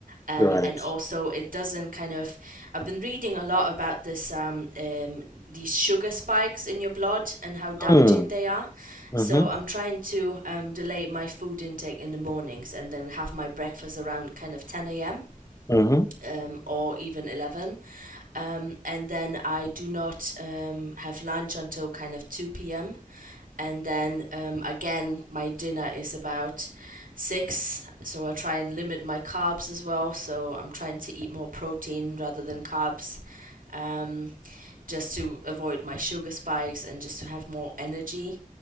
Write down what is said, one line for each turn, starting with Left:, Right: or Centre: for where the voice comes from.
Right: Um,
Left: Right.
Right: and also, it doesn't kind of. I've been reading a lot about this, um, um, these sugar spikes in your blood and how damaging
Left: Hmm.
Right: they are.
Left: Mm-hmm.
Right: So I'm trying to um, delay my food intake in the mornings and then have my breakfast around kind of 10 a.m
Left: Mm-hmm.
Right: um, or even 11. Um, and then I do not um, have lunch until kind of 2 p.m and then um, again my dinner is about six so i try and limit my carbs as well so i'm trying to eat more protein rather than carbs um, just to avoid my sugar spikes and just to have more energy